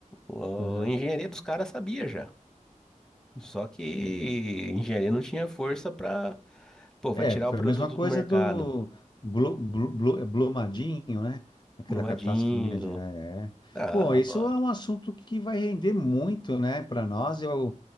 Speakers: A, in the centre; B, on the left.
A: O-
B: Aham.
A: A engenharia dos caras sabia já. Só que
B: é.
A: a engenharia não tinha força pra, pô,
B: É,
A: vai tirar
B: foi
A: o produto
B: a mesma coisa
A: do mercado.
B: do Blu, Blu, Blu- Brumadinho, né? Aquela
A: Brumadinho.
B: catástrofe de Minas Gerais. É.
A: Ah,
B: Pô, isso
A: bom.
B: é um assunto que vai render muito, né, para nós. Eu,